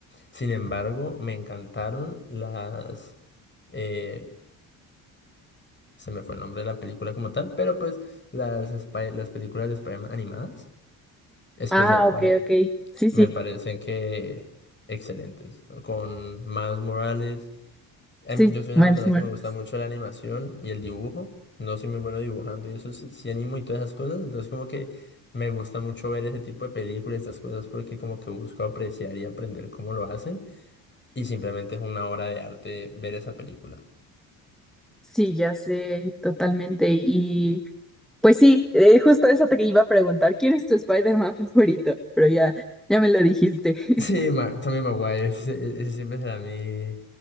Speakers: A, on the left; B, in the centre.
A: Sin embargo, me encantaron las... eh, se me fue el nombre de la película como tal, pero pues las, Spy- las películas de Spider-Man animadas, especial,
B: Ah, ok,
A: me,
B: ok. Sí,
A: me
B: sí,
A: parecen que excelentes. Con Miles Morales. A
B: sí,
A: mí- yo soy una
B: Miles
A: persona
B: Morales.
A: que me gusta mucho la animación y el dibujo. No soy muy bueno dibujando y eso sí, sí animo y todas esas cosas. Entonces como que me gusta mucho ver ese tipo de películas, estas cosas, porque como que busco apreciar y aprender cómo lo hacen. Y simplemente es una obra de arte ver esa película. <laughs>
B: Sí, ya sé, totalmente. Y pues sí, eh, justo eso te iba a preguntar, ¿quién es tu Spider-Man favorito? Pero ya, ya me lo dijiste. <laughs>
A: Sí, Ma- Tommy Maguire, ese, ese siempre será mi,